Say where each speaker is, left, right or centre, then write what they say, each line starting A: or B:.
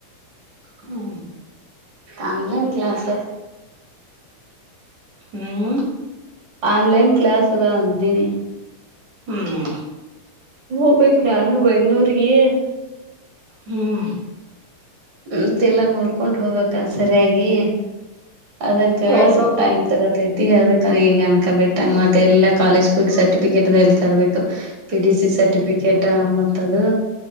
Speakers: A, on the right; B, on the right.
A: ಹ್ಮ
B: ಆನ್ಲೈನ್ ಕ್ಲಾಸಸ್.
A: ಹ್ಮ್
B: ಆನ್ಲೈನ್ ಕ್ಲಾಸ್ ಅದ ಅಂದಿನಿ.
A: ಹ್ಮ್
B: ಹೋಗ್ಬೇಕ ನಾನು ಬೆಂಗಳೂರ್ಗೆ.
A: ಹ್ಮ್
B: ಮತ್ತೆಲ್ಲಾ ನೋಡ್ಕೊಂಡ್ ಹೋಗಕ್ಕ ಸರಿಯಾಗಿ ಅದಕ್ಕ
A: ಏನ್
B: ಸ್ವಲ್
A: ತಗೋದು
B: ಟೈಮ್ ತಗೋತೈತಿ ಅದಕ್ ಈಗ ಅನ್ಕ ಬಿಟ್ಟಂಗ ಮತ್ತ ಎಲ್ಲಾ ಕಾಲೇಜ್ ಹೋಗಿ ಸರ್ಟಿಫಿಕೇಟ್ ಅ ಹೇಳ್ತರ್ಬೇಕು ಪಿ ಡಿ ಸಿ ಸರ್ಟಿಫಿಕೇಟ್ ಮತ್ತದು